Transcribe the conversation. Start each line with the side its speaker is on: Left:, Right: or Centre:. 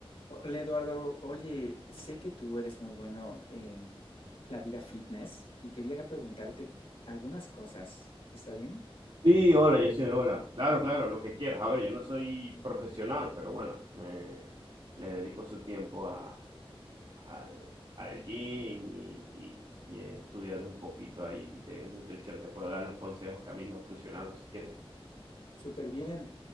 Left: Hola Eduardo, oye, sé que tú eres muy bueno en la vida fitness y quería preguntarte algunas cosas. ¿Está bien?
Right: Sí, hola, yo soy el hola. Claro, claro, lo que quieras. A ver, yo no soy profesional, pero bueno, me, le dedico su tiempo a, al, al gym y, y- y he estudiado un poquito ahí de nutrición. Te puedo dar los consejos que a mí me han funcionado, si quieres.
Left: Súper bien.